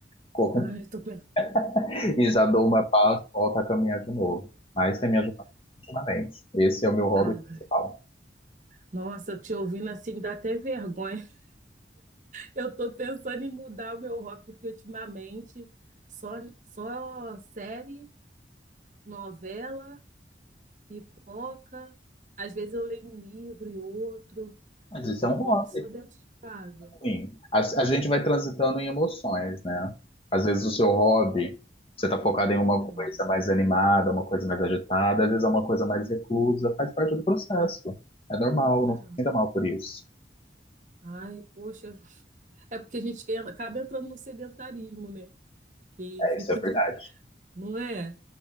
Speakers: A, on the left; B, on the right.
A: Corro
B: Ai, eu tô pensando.
A: <laughs> e já dou uma pausa, volto a caminhar de novo. Mas tem me ajudado ultimamente. Esse é o meu hobby
B: Ah,
A: principal.
B: nossa, te ouvindo assim dá até vergonha. <laughs> Eu tô pensando em mudar o meu hobby, porque ultimamente só, só série, novela, pipoca. Às vezes eu leio um livro e outro.
A: Mas isso
B: O
A: é
B: Hobby
A: um hobby.
B: só dentro de casa.
A: Sim, a, a gente vai transitando em emoções, né? Às vezes o seu hobby, você tá focado em uma
B: Hum,
A: coisa mais animada, uma coisa mais agitada, às vezes é uma coisa mais reclusa, faz parte do processo. É normal, não
B: ah,
A: se sinta mal por isso.
B: Ai, poxa. É porque a gente en- acaba entrando no sedentarismo, né? Que
A: É,
B: fica,
A: isso é verdade,
B: <laughs> não é?